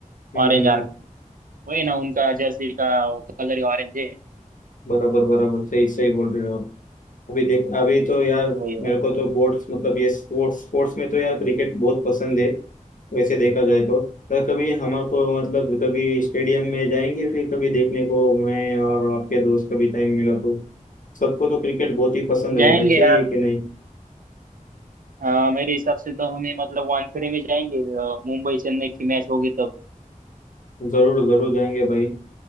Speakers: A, on the left (about 70°); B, on the right (about 80°).
A: हम्म
B: ऑरेंज
A: हम्म
B: आर्मी
A: हम्म
B: वही ना उनका जर्सी का वो कलर ही ऑरेंज है
A: बराबर बराबर सही सही बोल रहे हो आप अभी देख अभी तो यार
B: वही
A: मेरे
B: है।
A: को तो बोर्ड्स मतलब ये स्पोर्ट्स स्पोर्ट्स में तो यार क्रिकेट बहुत पसंद है वैसे देखा जाए तो पर कभी हमारे को मतलब कभी स्टेडियम में जाएंगे फिर कभी देखने को मैं और आपके दोस्त कभी टाइम मिला तो सबको तो क्रिकेट बहुत ही पसंद
B: जाएंगे
A: रहता है सही
B: यार
A: है कि नहीं
B: अ, मेरे हिसाब से तो हमें मतलब वानखेड़े में जाएंगे अ, मुंबई चेन्नई की मैच होगी तब
A: जरूर जरूर जाएंगे भाई